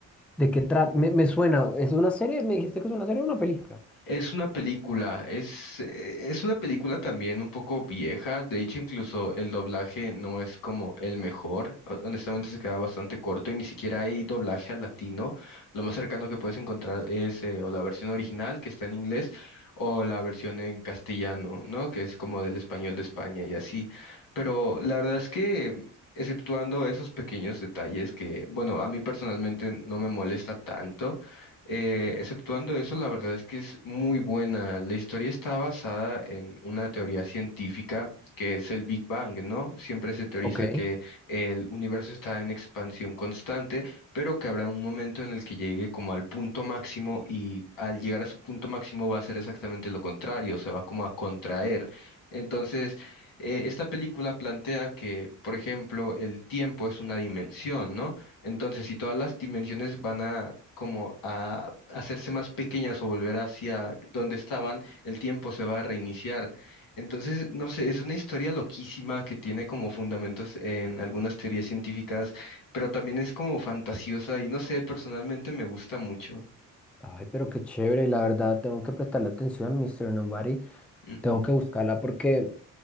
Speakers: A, in the centre; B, on the left.
A: ¿De qué trata? Me, me suena, ¿es una serie? ¿Me dijiste que es una serie o una película?
B: Es una película, es, eh, es una película también un poco vieja, de hecho incluso el doblaje no es como el mejor, ho- honestamente se queda bastante corto y ni siquiera hay doblaje al latino, lo más cercano que puedes encontrar es eh, o la versión original que está en inglés o la versión en castellano, ¿no? Que es como del español de España y así, pero la verdad es que... Exceptuando esos pequeños detalles que, bueno, a mí personalmente no me molesta tanto, eh, exceptuando eso, la verdad es que es muy buena. La historia está basada en una teoría científica que es el Big Bang, ¿no? Siempre se teoriza
A: Ok.
B: que el universo está en expansión constante, pero que habrá un momento en el que llegue como al punto máximo y al llegar a su punto máximo va a ser exactamente lo contrario, se va como a contraer. Entonces, eh, esta película plantea que, por ejemplo, el tiempo es una dimensión, ¿no? Entonces, si todas las dimensiones van a como a hacerse más pequeñas o volver hacia donde estaban, el tiempo se va a reiniciar. Entonces, no sé, es una historia loquísima que tiene como fundamentos en algunas teorías científicas, pero también es como fantasiosa y no sé, personalmente me gusta mucho.
A: Ay, pero qué chévere, la verdad, tengo que prestarle atención, Mr. Nobody.
B: Ujú.
A: Tengo que buscarla porque